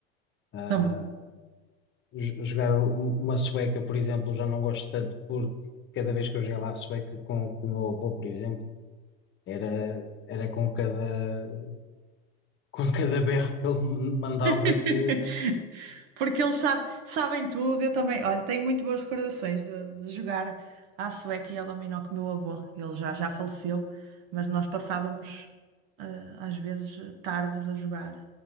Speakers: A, on the left; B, on the right.
A: Ah,
B: Também.
A: j- jogar um- uma sueca, por exemplo, já não gosto tanto porque cada vez que eu jogava a sueca com, com o meu avô, por exemplo, era, era com cada, <laughs> com cada berro que ele me mandava
B: <laughs>
A: que
B: Porque eles sabe- sabem tudo, eu também. Olha, tenho muito boas recordações de, de jogar à sueca e ao dominó com o meu avô. Ele já, já faleceu, mas nós passávamos, eh, às vezes, tardes a jogar.